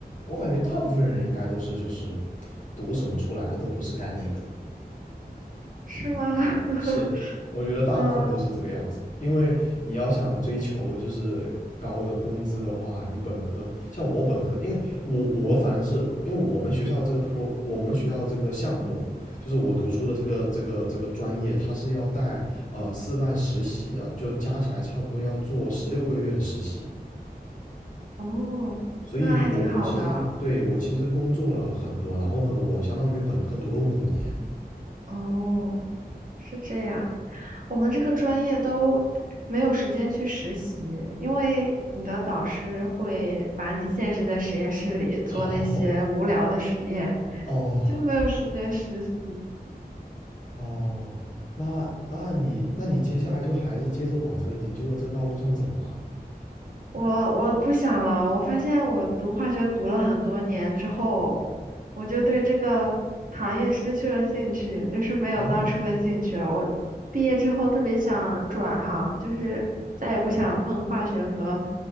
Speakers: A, on the left; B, on the right.
A: 我感觉大部分人应该都是就是读什么出来的都不是干那个的。
B: 是吗？<laughs>
A: 是，我觉得大部分都是这个样子，
B: 嗯，
A: 因为你要想追求就是高的工资的话，你本科像我本科，因为我我反正是因为我们学校这个 pro，我们学校这个项目就是我读书的这个这个这个专业，它是要带呃四段实习的，就加起来差不多要做十六个月的实习。
B: 哦，
A: 所以我，
B: 那还挺好的。
A: 我其实对我其实工作了很多，然后呢，我相当于本科读了五年。
B: 哦，是这样，我们这个专业都没有时间去实习，因为你的导师会把你限制在实验室里做那些无聊的实验，
A: <laughs> 哦哦，
B: 就没有时间实习。
A: 哦，那那你那你接下来就还是接着往这个研究的这个道路上走吗？
B: 我我不想了，我发现我读化学读了很多年之后，我就对这个行业失去了兴趣，就是没有当初的兴趣了。
A: 哦，
B: 我毕业之后特别想转行，就是再也不想碰化学和